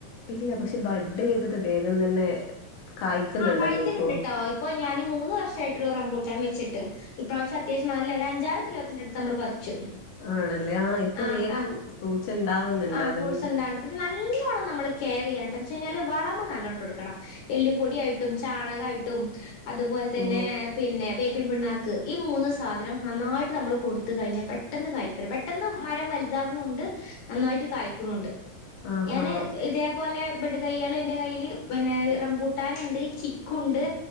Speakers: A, on the left; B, on the left.
A: ഇല്ല പക്ഷെ ബഡ് ചെയ്ത്ട്ട് വേഗം തന്നെ കായ്ക്കുന്നുണ്ടല്ലോ
B: ആഹ കായിക്കലുണ്ട്ട്ടോ
A: ഇപ്പൊ
B: ഇപ്പൊ ഞാൻ മൂന്ന് വർഷമായിട്ടോള്ളു റംമ്പൂട്ടാൻ വെച്ചിട്ട് ഇപ്രാവശ്യം അത്യാവശം നല്ല ഒരു അഞ്ചാറ് കിലോത്തിന്റടുത്ത് നമ്മൾ പ പറിച്ചു
A: ആണല്ലേ ആ ഇപ്പൊ
B: ആഹ്
A: വേഗം
B: ആഹ്
A: ഫ്രൂട്ട്സ് ഇണ്ടാവുന്നുണ്ട്
B: ആഹ്
A: അതുകൊണ്ട്
B: ഫ്രൂട്ട്സ് ഉണ്ടാണ്ട് പക്ഷെ നല്ലോണ്ണം നമ്മള് കെയർ ചെയ്യണട്ടന്ന് വെച്ച് കഴിഞ്ഞാല് വളമ നല്ലോട്ടൊടുക്കണം എല്ലിപ്പൊടി ആയിട്ടും ചാണകായിട്ടും അതുപോലെ തന്നെ
A: ഓ
B: പിന്നെ വെ പിൻ പിണ്ണാക്ക് ഈ മൂന്ന് സാധനം നന്നായിട്ട് നമ്മൾ കൊടുത്ത് കഴിഞ്ഞാൽ പെട്ടെന്ന് കായിക്കരം പെ പെട്ടെന്ന് മരം വലുതാവുണുണ്ട് നന്നായിട്ട് കായ്ക്കുണുണ്ട്
A: ആഹാ
B: ഞാന് ഇതേപോലെ ബഡ് തയ്യാള് ഇന്റെ കയ്യില് പിന്നെ റംബൂട്ടാന് ഇണ്ട് ചിക്കുണ്ട്